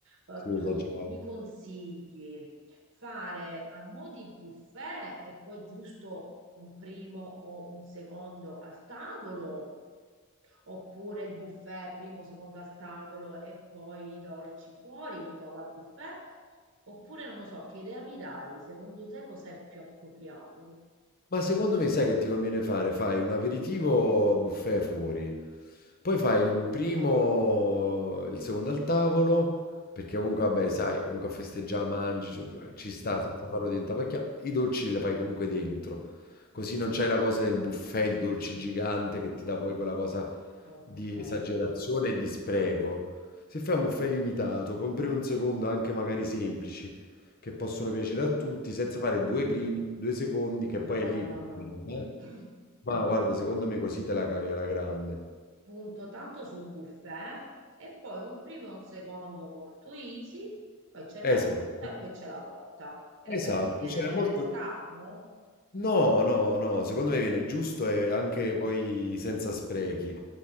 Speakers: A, on the right; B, on the left.
A: Eh,
B: si è
A: tu
B: esagerato.
A: mi consigli fare a mo' di buffet e poi giusto un primo o un secondo al tavolo, oppure il buffet primo, secondo al tavolo e poi i dolci fuori di nuovo al buffet, oppure non lo so, che idea mi dai? Secondo te cos'è più appropriato?
B: Ma secondo me sai che ti conviene fare? Fai un aperitivo buffet fuori, poi
A: Mm.
B: fai un primo, il secondo al tavolo, perché comunque
A: Mhm.
B: vabbè, sai, comunque a festeggiare, mangi, ci cioè, ci sta senza farlo diventare pacchia, i dolci li fai comunque dentro, così non c'hai la cosa del buffet di dolci gigante che ti dà poi quella cosa
A: Ok.
B: di esagerazione e di spreco. Se fai un buffet limitato, poi un primo e un secondo anche magari semplici, che possono piacere a tutti,
A: Mm.
B: senza fare due primi, due secondi, che
A: No,
B: poi è lì
A: no,
B: il problema.
A: no.
B: eh. Ma guarda, secondo me così te la cavi alla grande.
A: punto tanto sul buffet e poi un primo e un secondo molto easy, poi c'è la
B: Esatto,
A: frutta e poi c'è la torta. Che
B: esatto,
A: ne pensi? Viene
B: cioè è molto...
A: scarno?
B: No, no, no, secondo me viene giusto e anche poi senza sprechi.